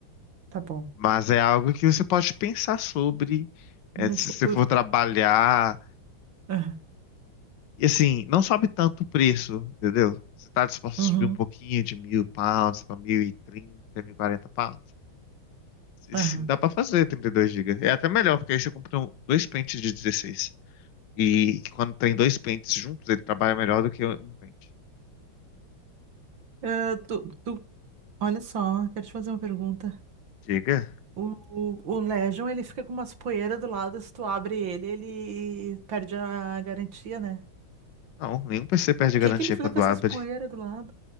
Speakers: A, on the right; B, on the left.
A: tá bom.
B: Mas é algo que você pode pensar sobre, é,
A: No
B: se
A: futuro.
B: você for trabalhar.
A: Aham,
B: E assim, não sobe tanto o preço, entendeu? Você está disposto
A: uhum,
B: a subir um pouquinho de mil pounds para mil e trinta, mil e quarenta pounds? Se
A: aham.
B: Sim, dá para fazer 32 gigas. É até melhor, porque aí você compra um- dois pentes de dezesseis E quando tem dois pentes juntos, ele trabalha melhor do que um pente.
A: Ah, tu, tu, olha só, quero te fazer uma pergunta.
B: Diga?
A: O, o, o Legion, ele fica com umas poeiras do lado, se tu abre ele, ele perde a garantia, né?
B: Não, nenhum PC perde garantia
A: que que ele fica
B: quando
A: com essas
B: abre.
A: poeiras do lado?